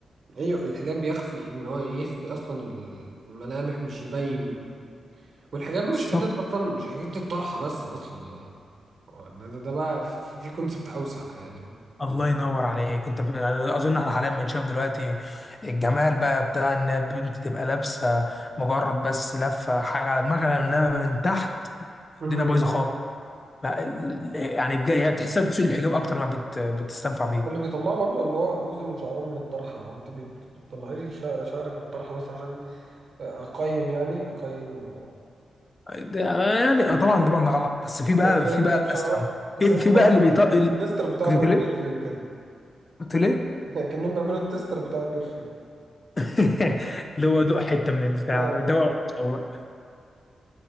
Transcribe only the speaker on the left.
قوي
الله
ينور عليك انت ب... اظن احنا حاليا بنشوف دلوقتي الجمال بقى بتاع ان البنت تبقى لابسه مجرد بس لفه حاجه على دماغها انما من تحت
الدنيا بايظه خالص لا، ال- يعني بجد هي تحسها بتسوق الحجاب اكتر ما بت... بتستنفع بيه
ده يعني اه طبعا طبعا ده غلط بس في بقى
في بقى
الاسخم
في في
بقى اللي
بيطق ال-
كنت
بتقول ايه؟
كنت بتقول ايه؟
<laughs> اللي هو دوق حته من البتاع
ده هو